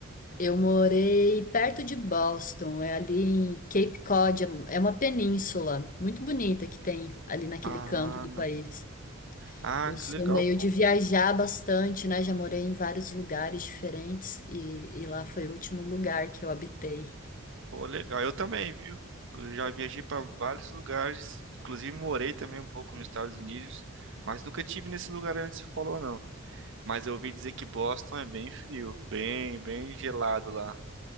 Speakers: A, on the left; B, on the right.
A: Eu morei perto de Boston, é ali em Cape Cod, é é uma península muito bonita que tem ali naquele
B: Ah,
A: canto do país.
B: ah,
A: Eu sou
B: que legal,
A: meio
B: pô.
A: de viajar bastante, né? Já morei em vários lugares diferentes e, e lá foi o último lugar que eu habitei.
B: Pô, legal. Eu também, viu? Eu já viajei para vários lugares, inclusive morei também um pouco nos Estados Unidos, mas nunca tive nesse lugar onde se falou, não. Mas eu ouvi dizer que Boston é bem frio, bem, bem gelado lá.